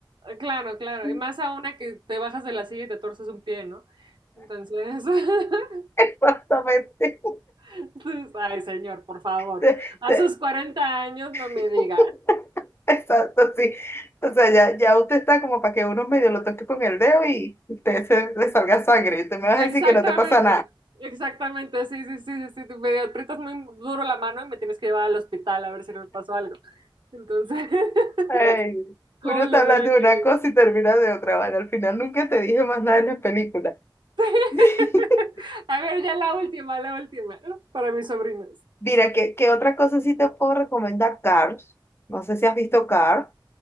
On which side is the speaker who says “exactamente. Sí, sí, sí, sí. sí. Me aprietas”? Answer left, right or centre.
Right